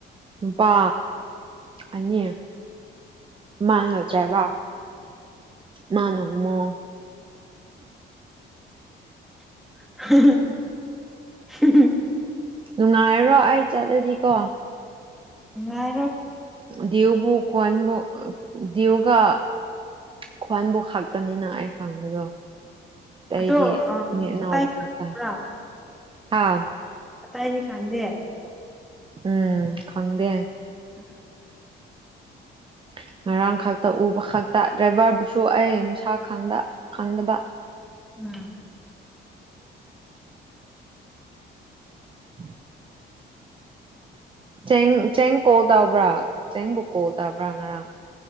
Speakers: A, on the right (about 25°); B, in the centre.
A: ꯅꯨꯄꯥ ꯑꯅꯤ ꯃꯥꯡꯉ ꯗꯔꯥꯏꯕꯔ ꯃꯥꯅꯧꯃꯣ
B: <inaudible>
A: ꯅꯨꯡꯉꯥꯏꯔꯣ ꯑꯩ ꯆꯠꯂꯗꯤꯀꯣ
B: ꯅꯨꯉꯥꯏꯔꯦ
A: ꯗꯌꯨꯕꯨ ꯀꯋꯥꯟꯕꯨ ꯗꯌꯨꯒ ꯈ꯭ꯋꯥꯟꯕꯨ ꯈꯛꯇꯅꯤꯅ ꯑꯩꯈꯪꯕꯗꯣ ꯗꯩꯗꯤ
B: ꯑꯗꯣ
A: ꯃꯤ ꯅꯥꯎꯕ
B: ꯑꯇꯥꯏ ꯈꯪꯕ꯭ꯔꯥ
A: ꯈꯛꯇ ꯍꯥꯥ
B: ꯑꯇꯩꯗꯤ ꯈꯪꯗꯦ
A: ꯎꯝ ꯈꯪꯗꯦ
B: ꯎꯝ
A: <inaudible> ꯉꯔꯥꯡ ꯈꯛꯇ ꯎꯕ ꯈꯛꯇ ꯗ꯭ꯔꯥꯏꯚꯔꯕꯨꯁꯨ ꯑꯩꯅ ꯁꯀ ꯈꯟꯗ ꯈꯟꯗꯕ
B: ꯎꯝ
A: <inaudible> ꯆꯦꯡ ꯆꯦꯡ ꯀꯣꯜ ꯇꯕ꯭ꯔꯥ ꯆꯦꯡꯕꯨ ꯀꯣꯜ ꯇꯧꯕ꯭ꯔꯥ ꯉꯔꯥꯡ